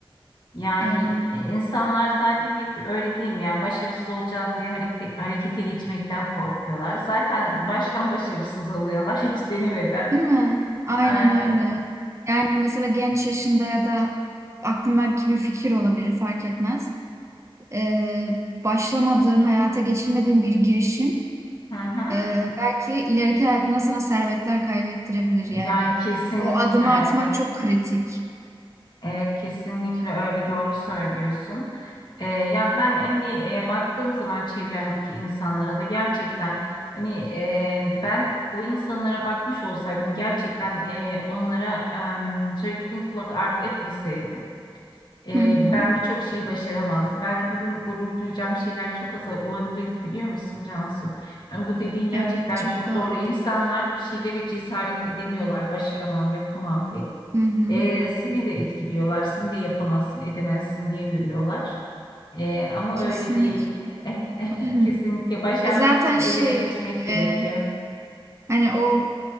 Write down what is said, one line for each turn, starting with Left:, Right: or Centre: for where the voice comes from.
Left: Yani
Right: Evet.
Left: e, insanlar zaten hep öyle değil mi? Yani başarısız olacağız diye hareket, harekete geçmekten korkuyorlar. Zaten baştan başarısız oluyorlar <laughs> hiç denemeden.
Right: Değil mi? Aynen
Left: Aynen.
Right: öyle. Yani mesela genç yaşında ya da aklındaki bir fikir olabilir fark etmez. Ee, başlamadığın, hayata geçirmediğin bir girişim
Left: Hı hı.
Right: Ee, belki ileriki hayatında sana servetler kaybettirebilir
Left: Ya
Right: yani.
Left: kesinlikle
Right: O adımı
Left: öyle.
Right: atmak çok kritik.
Left: Evet kesinlikle öyle doğru söylüyorsun. Ee, ya ben hani e, baktığım zaman çevremdeki insanlara da gerçekten hani e, ben o insanlara bakmış olsaydım gerçekten e, onlara em, söylediklerine kulak ardı etmeseydim e,
Right: Hı hı.
Left: ben birçok şeyi başaramazdım. Belki bugün gurur duyacağım şeyler çok az olabilirdi biliyor musun Cansu? Yani bu dediğin gerçekten
Right: Evet, çok
Left: çok
Right: doğru.
Left: doğru. İnsanlar bir şeyleri cesaret edemiyorlar, başaramam, yapamam diye.
Right: Hı hı.
Left: E, seni de etkiliyorlar, seni de yapamazsın, edemezsin diye görüyorlar. E, ama
Right: Kesinlikle.
Left: öyle değil. <laughs>
Right: <clears throat>
Left: Kesinlikle başarmak
Right: E zaten
Left: için eyleme
Right: şey,
Left: geçmek gerekiyor.
Right: e, Hani o